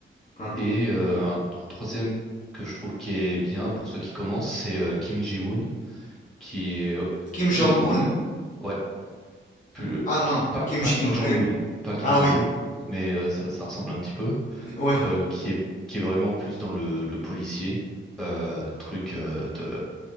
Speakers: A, on the left; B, in the centre.
A: hein.
B: Et euh, un, un troisième que je trouve qui est bien pour ceux qui commencent, c'est euh, Kim Ji-woon, qui est
A: Kim
B: plus...
A: Jong-un.
B: vr- Ouais, plus,
A: Ah non,
B: pas,
A: Kim
B: pas
A: Jong.
B: Kim Jong-un,
A: euh,
B: pas Kim
A: ah
B: Jong-un,
A: oui,
B: mais euh, ça, ça ressemble un petit peu,
A: oui.
B: euh, qui est, qui est vraiment plus dans le, le policier, euh, truc euh, de...